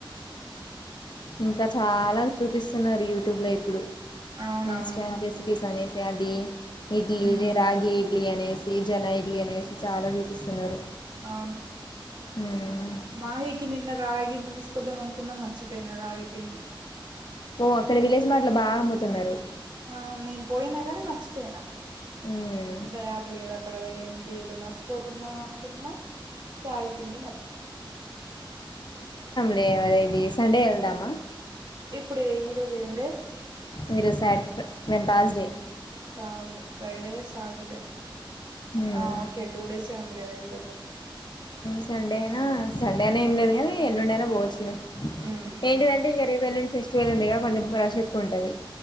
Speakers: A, on the left; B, on the right.
A: ఇంకా చాలా చూపిస్తున్నారు యూట్యూబ్ లో ఇప్పుడు
B: అవునవును
A: ఇన్స్టాంట్ రెసిపీస్ అనేసి అది ఇడ్లీ
B: ఉమ్
A: ఇది రాగి ఇడ్లీ అనేసి తీ జొన్న ఇడ్లీ అనేసి చాలా చూపిస్తున్నారు
B: అవును
A: ఉమ్
B: మహి కి నిన్న రాగి ఇ తీసుకొద్దాం అనుకున్నా మర్చిపోయినా రాగి పిండి
A: ఓ అక్కడ విలేజ్ మార్ట్ లో బాగా అమ్ముతున్నారు
B: అవును నేను పోయినా కాని మర్చిపోయినా
A: ఉమ్
B: అంత ఏది లేదు అ అక్కడ ఏంటి ఏదో మర్చిపోతున్నా అనుకున్నా రాగి పిండి మర్చిపోయినా
A: తే ఆది ఇది సండే వెళ్దామా
B: ఇప్పుడు ఈరోజు ఎం డే
A: మీరు సటర్ మేము తర్స్డే
B: తర్స్డే, ఫ్రైడే, సాటర్డే
A: ఉమ్
B: ఆ ఓకే టూ డేస్ ఎ ఉంది కదా వెళ్ళొద్దాం
A: సండే అయినా సండే అయినా ఏమి లేదు కానీ ఎల్లుండి అయినా పోవచ్చులే
B: ఉమ్
A: ఏంటిదంటే ఇగ రేప్ ఎల్లుండి ఫెస్టివల్ ఉంది కొంచెం ప్రశప్ ఉంటది